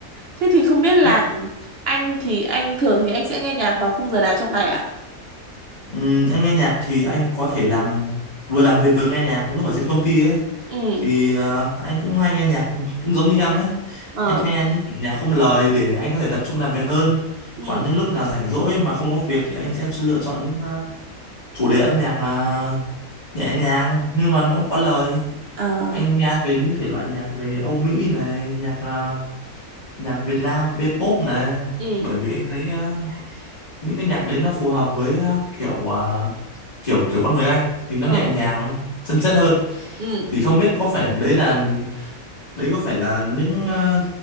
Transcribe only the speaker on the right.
Thế thì không biết là
anh thì anh thường thì anh sẽ nghe nhạc vào khung giờ nào trong ngày ạ?
Ừ.
ờ
Ừ.
Ờ.
Ừ.
ờ
Ừ.